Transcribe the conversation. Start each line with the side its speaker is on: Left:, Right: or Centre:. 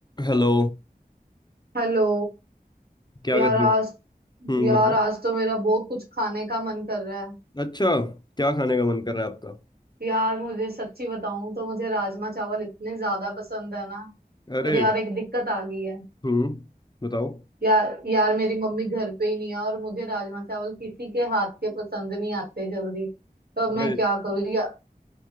Left: Hello
Right: Hello
Left: क्या
Right: यार
Left: कर
Right: आज
Left: रहे हो हम्म
Right: यार
Left: बताओ
Right: आज तो मेरा बहुत कुछ खाने का मन कर रहा है
Left: अच्छा क्या खाने का मन कर रहा है आपका
Right: यार मुझे सच्ची बताऊं तो मुझे राजमा चावल इतने ज्यादा पसंद है ना
Left: अरे
Right: पर यार एक दिक्कत आ गई है
Left: हम्म बताओ
Right: यार यार मेरी मम्मी घर पे ही नहीं है और मुझे राजमा चावल किसी के हाथ के पसंद नहीं आते जल्दी तो अब
Left: अरे
Right: मैं क्या करूँ या